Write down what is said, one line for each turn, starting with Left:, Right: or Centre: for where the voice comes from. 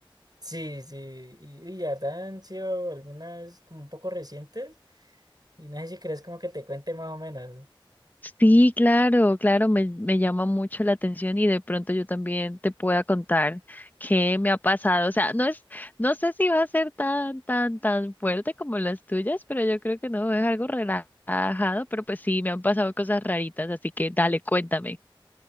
Right: Sí, sí, y, y la verdad han sido algunas como un poco recientes. Y no sé si crees como que te cuente más o menos.
Left: Sí, claro, claro, me, me llama mucho la atención y de pronto yo también te pueda contar qué me ha pasado. O sea, no es, no sé si va a ser tan, tan, tan fuerte como las tuyas, pero yo creo que no, es algo relajado, pero pues sí, me han pasado cosas raritas, así que dale, cuéntame.